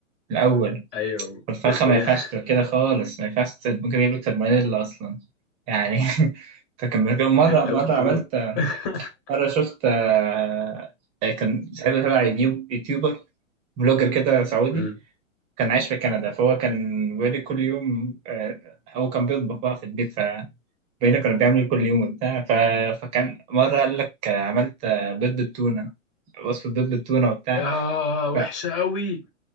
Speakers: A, on the right (about 15°); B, on the left (about 30°).
A: الأول
B: أيوه
A: الفرخة
B: ب- ب-
A: ما ينفعش
B: <laughs>
A: تبقى كده خالص ما ينفعش ت- ممكن تجيب لك سالمونيلا أصلا يعني <laughs> فكان كان مرة مرة
B: أيوه كنت
A: عملت
B: موت <laughs>
A: مرة شفت آه، آه، كان ساعتها تبع يوتيوب يوتيوبر بلوجر كده سعودي
B: أمم.
A: كان عايش في كندا فهو كان بيقول لي كل يوم آه، هو كان بيطبخ بقى في البيت ف بيقول لي كنا بنعمل كل يوم وبتاع ف... فكان مرة قال لك آه، عملت آه، بيض بالتونة وصفة بيض بالتونة وبتاع
B: يا وحشة
A: ف-
B: أوي